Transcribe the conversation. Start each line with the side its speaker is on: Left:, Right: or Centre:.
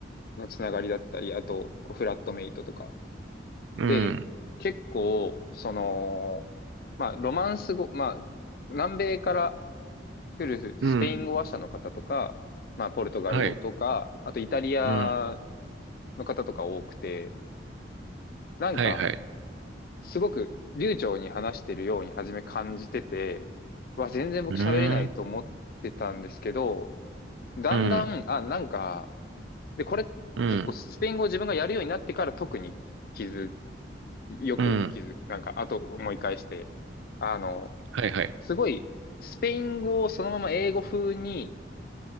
Left: のつながりだったり、あと、こう、フラットメイトとか、
Right: うん。
Left: で、結構、その、まあ、ロマンス語、まあ、南米から来るスペイン語話者の方とか、
Right: うん。
Left: まあ、ポルトガル語とか、
Right: はい。
Left: あとイタリア
Right: うん。
Left: の方とか多くて、なんか、
Right: はいはい。
Left: すごく流暢に話してるように初め感じてて、わ、全然僕喋れないと思ってたんですけど、
Right: うーん。
Left: だんだん、
Right: うん。
Left: あ、なんか、で、これ結構スペイン語を自分がやるようになってから特に気づ
Right: うん。
Left: よく気づく、
Right: うん。
Left: なんか、あと思い返して、あの、
Right: はいはい。
Left: すごい、スペイン語をそのまま英語風に